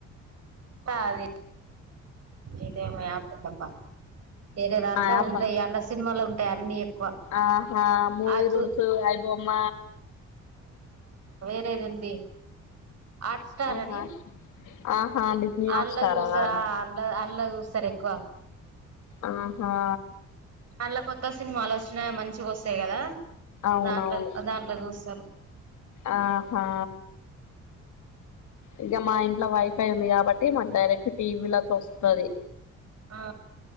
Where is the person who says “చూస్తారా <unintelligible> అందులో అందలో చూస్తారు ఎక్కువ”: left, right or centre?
Right